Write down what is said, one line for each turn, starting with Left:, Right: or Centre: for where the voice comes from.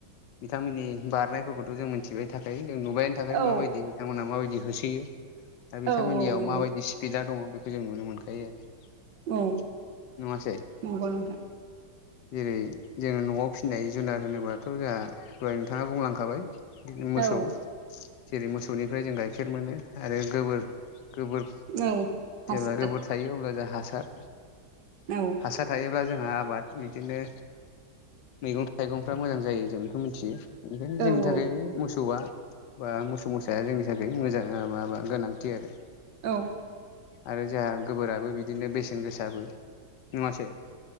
Left: बिथांमोननि बारनायफोरखौथ' जों मोनथिबाय थाखाय जों नुबायनि थाखाय
Right: औ
Left: माबायदि बिथांमोनहा माबायदि होसोयो आरो बिथांमोननियाव
Right: औ औ नंगौ
Left: माबायदि स्पिडा दङ बेखौ जों नुनो मोनखायो आरो
Right: औ
Left: नङासै
Right: नंगौ नोंथां
Left: जेरै जोङो न'आव फिसिनाय जुनार होनोब्लाथ' जोंहा दहाय नोंथाङा बुंलांखाबाय मोसौ
Right: औ
Left: जेरै मोसौनिफ्राय जों गाइखेर मोनो आरो गोबोर गोबोर
Right: औ हासार
Left: जेब्ला गोबोर थायो अब्ला जों हासार
Right: न
Left: हासार थायोब्ला जोंहा आबाद बिदिनो मैगं थाइगंफ्रा मोजां जायो जों बेखौ मिथियो ओंखायनो
Right: औ
Left: जोंनि थाखाय
Right: औ
Left: बे मोसौआ बा मोसौ मोसाया जोंनि थाखाय मोजां माबा गोनांथि आरो
Right: औ
Left: आरो जोंहा गोबोराबो बिदिनो बेसेन गोसाबो नङासै